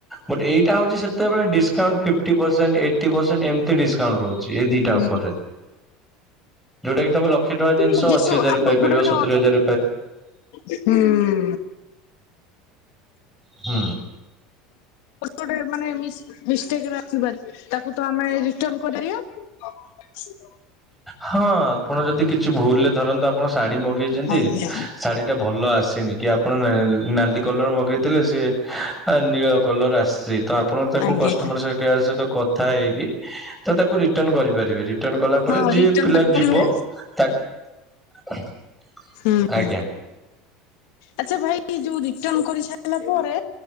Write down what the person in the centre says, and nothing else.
ବଟ୍ ଏଇଟା ହଉଚି ସେତେବେଳେ discount fifty percent, eighty percent, ଏମତି ଡିସକାଉଣ୍ଟ ରହୁ ଚି ଏ ଦିଟା
ଅଫରରେ ଯୋଉଟା କି ତମର ଲକ୍ଷେ ଟଙ୍କା ଜିନଷ
ଅଶୀ ହଜାର ପାଇପାରିବ
ସତୁରୀ
ହଜାର
ହୁଁ।
ହଁ। ଆପଣ ଯଦି କିଛି ଭୁଲରେ ଧରନ୍ତୁ ଆପଣ ଶାଢୀ ମଗେଇଛନ୍ତି
ଶାଢୀଟା ଭଲ ଆସିନି, କି ଆପଣ ନାଲି କଲର ମଗେଇଥିଲେ ସିଏ ଆ ନୀଳ କଲର ଆସଛି ତ ଆପଣ ତାକୁ
କଷ୍ଟମର କେୟାର ସହିତ କଥା ହେଇକି ତ ତାକୁ ରିଟର୍ନ କରିପାରିବେ ରିଟର୍ନ କଲା ପରେ
ଯିଏ
ପିଲା
ଯିବ, ତା <unintelligible>
ଆଜ୍ଞା।